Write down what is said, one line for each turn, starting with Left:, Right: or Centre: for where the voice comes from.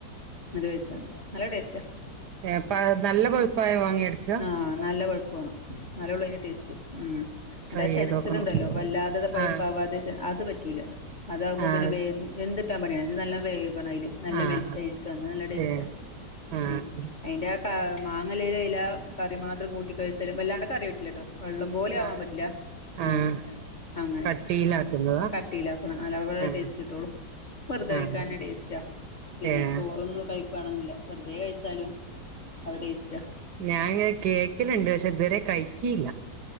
Left: ന്നെട്ട് വെവിച്ചാ മതി, നല്ല ടേസ്റ്റാ
Right: എപാ നല്ല പൊഴ്പ്പായ മാങ്ങെട്ക്കാ
Left: ആഹ് നല്ല പൊഴ്പ്പ് വാണം ന്നാലോള്ളൂ അയ്ന്റെ ടേസ്റ്റ് ഉം മറ്റേ
Right: ട്രൈ
Left: ആ ചെൻച്ചത്ണ്ടല്ലോ
Right: ചെയ്ത് നോക്കണം
Left: വല്ലാതെ പഴുപ്പാവാതെ
Right: ആഹ്
Left: അത് പറ്റൂല അതാകുമ്പോ
Right: ആഹ്
Left: പിന്നെ വെ വെന്തിട്ടാൻ പണിയാ ഇത് നല്ലോം വേകണം അയ്ല് നല്ല
Right: ആഹ്
Left: മെൽറ്റായിരിക്കണം ന്നാ നല്ല ടെസ്റ്റാ
Right: ഏഹ് ആഹ്
Left: ഉം അയിന്റെ ആ കാ മാങ്ങല്ലേല് അയ്ലാ കറി മാത്രം കൂട്ടി കഴിച്ചാലും വല്ലാണ്ട് കറി പറ്റില്ല ട്ടോ വെള്ളം പോലെ ആവാൻ
Right: ആഹ്
Left: പറ്റില്ല
Right: ആഹ്
Left: മ് അങ്ങനെ
Right: കട്ടിയിലാക്കുന്നതാ
Left: കട്ടിയിലാക്കണം <unintelligible>
Right: ആഹ്
Left: ടേസ്റ്റ് കിട്ട്ള്ളൂ വെറുതേ
Right: ആഹ്
Left: ക്കാനെ ടേസ്റ്റാ പിന്നെ
Right: ഏഹ്
Left: ചോറൊന്നും കഴിക്കുവാണെന്നില്ല വെറ്തെ കഴ്ച്ചാലും ആ ടെസ്റ്റാ
Right: ഞാൻ ങ്ങനെ കേക്കല്ണ്ട് പക്ഷെ ഇത് വരെ കഴിച്ചില്ല